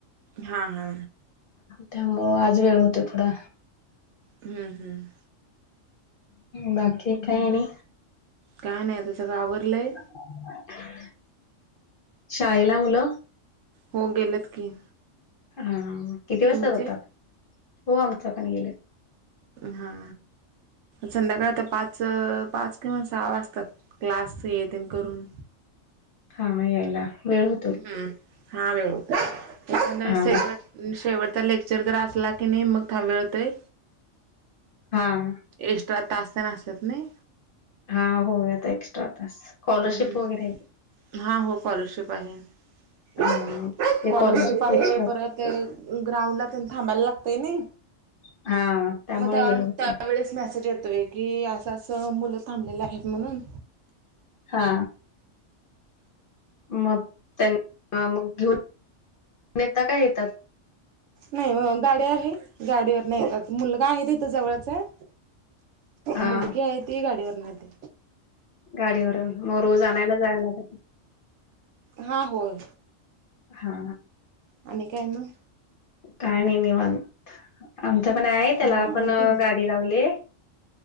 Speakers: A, on the right; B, on the left.
A: हा हा,
B: त्यामुळं आज वेळ होतो थोडा.
A: हम्म हम्म,
B: बाकी काय आणि!
A: काय नाही आता सगळं आवरलंय?
B: बुर हा हा <inaudible> शाळेला मुलं,
A: हो गेलेत की!
B: हा किती वाजता
A: तुमचे
B: जातात! हो आमच पण गेले,
A: हा, संध्याकाळ आता पाच पाच किंवा सहा वाजतात क्लास येेत करून.
B: हा म यायला वेळ हो.
A: हम्म हा वेळ होतय नविन
B: हा
A: शेवट शेवटचा लेक्च. चरित्र असला की नाही मग थां मिळतय.
B: हा,
A: एक्स्ट्रा तास तेन असत्यात नाही.
B: हा हो आता एक्स्ट्रा, तास स्कॉलरशिप
A: हम्म
B: वगैरे आहे
A: हा हो स्कॉलरशिप आहे. स्कॉलरशिप
B: हा ते स्कॉलरशिप
A: आहे
B: एक्स्ट्रा
A: परत, तर ग्राउंडला तेन थांबायला लागतंय नाही.
B: हा, त्यामुळे
A: मग त्या
B: वेळ होतोय
A: त्यावेळेस मेसेज येतोय की असं असं मुलं थांबलेले आहेत म्हणून.
B: हा मग त्यां मग घेऊन. नेता काय येतात,
A: नाही गाडी आहे गाडीवरन येतात मुलगा आहे इथ जवळच हाय.
B: हा
A: मुलगी आहे ती गाडीवर न येते!
B: गाडीवरून मग रोज आणायला जायला लागत.
A: हा होय
B: हा
A: आणि काय मग!
B: काय नाही निवांत. आमचं पण आहे त्याला
A: हा
B: आपण
A: हा तुम
B: गाडी लावलेय.